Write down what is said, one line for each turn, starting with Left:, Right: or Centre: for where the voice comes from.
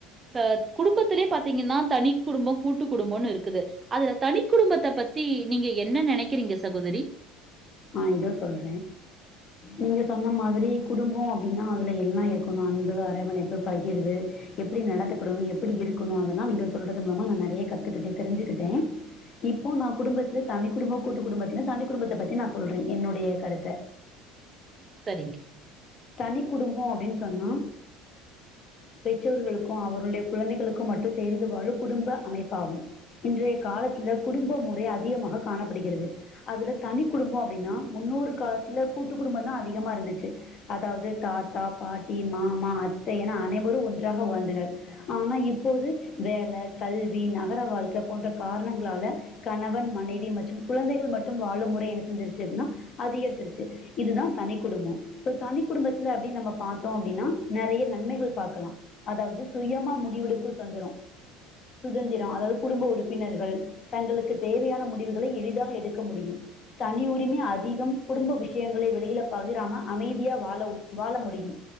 Right: ட இப்ப குடும்பத்துலே பாத்தீங்கனா தனி குடும்பம் கூட்டு குடும்பனு இருக்குது அதுல தனி குடும்பத்த பத்தி நீங்க என்ன நெனைக்கிறீங்க சகோதரி
Left: ஆ இதோ சொல்றே நீங்க சொன்ன மாதிரி குடும்பொ அப்டினா அதுல எல்லா இருக்கணு அன்பு அரவணைப்பு பகிர்வு எப்டி நடந்துக்கடணு எப்டி இருக்கணு அதெல்லா நீங்க சொல்றது மூலமா நா நெறைய கத்துக்கிட்டே தெரிஞ்சுக்கிட்டே இப்போ நா குடும்பத்துல தனி குடும்போ கூட்டு குடும்பத்துல தனி குடும்பத்த பத்தி நா சொல்றே என்னுடைய கருத்த
Right: சரிங்க
Left: தனி குடும்பொ அப்டின் சொன்னா பெற்றோர்களுக்கு அவருடைய குழந்தைகளுக்கு மட்டு சேந்து வாழும் குடும்ப அமைப்பாகும் இன்றைய காலத்துல குடும்ப முறை அதிகமாக காணப்படுகிறது அதுல தனி குடும்பொ அப்டினா முன்னொரு காலத்துல கூட்டு குடும்ப தா அதிகமாருந்துச்சு அதாவது தாத்தா பாட்டி மாமா அத்தை என அனைவரும் ஒன்றாக வாழ்ந்தனர் ஆனா இப்போது வேல கல்வி நகர வாழ்க்க போன்ற காரணங்களால கணவன் மனைவி மற்றும் குழந்தைகள் மட்டும் வாழும் முறை என்ன செஞ்சிருச்சு அப்டினா அதிகரித்துருச்சு இதுதா தனி குடும்பம் சோ தனி குடும்பத்துல அப்டின் நம்ம பாத்தோ அப்டினா நறைய நன்மைகள் பாக்கலா அதாவது சுயமா முடிவெடுக்கு சுதந்தரம் சுதந்திரம் அதாவது குடும்ப உறுப்பினர்கள் தங்களுக்கு தேவையான முடிவுகளை எளிதாக எடுக்க முடியும் தனி உரிமை அதிகம் குடும்ப விஷயங்களை வெளில பகிராம அமைதியா வாழவு வாழ முடியும்